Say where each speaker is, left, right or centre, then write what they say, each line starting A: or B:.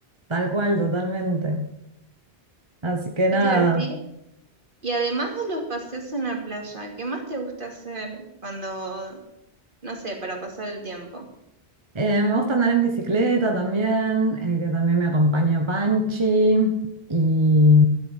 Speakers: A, on the right (about 25°); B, on the right (about 50°).
A: tal cual, totalmente. Así que nada.
B: ¿Qué te iba a decir? Y además de los paseos en la playa, ¿qué más te gusta hacer cuando, no sé, para pasar el tiempo?
A: Eh, me gusta andar en bicicleta también, eh, que también me acompaña Panchi. Y